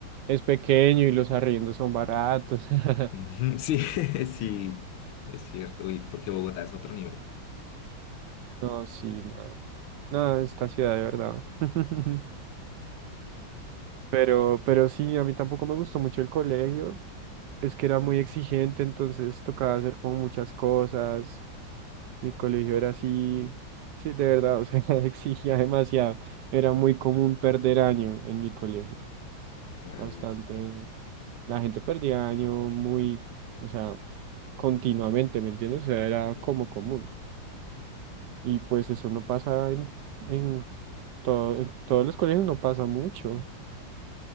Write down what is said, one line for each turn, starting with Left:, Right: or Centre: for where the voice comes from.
Right: Es pequeño y los arriendos son baratos. <laughs>
Left: Ujú, Sí, <laughs> sí, es cierto. y porque Bogotá es otro nivel.
Right: No, sí, no. No, esta ciudad de verdad. <laughs> Pero, pero sí, a mí tampoco me gustó mucho el colegio. es que era muy exigente, entonces tocaba hacer como muchas cosas. Mi colegio era así, sí, de verdad, o sea, <laughs> exigía demasiado. Era muy común perder año en mi colegio.
Left: Rayos.
Right: Bastante, la gente perdía año muy, o sea, continuamente, ¿me entiendes? O sea, era
Left: Ujú,
Right: como común. Y pues eso no pasa en, en, todo, en todos los colegios, no pasa mucho,
Left: ujú.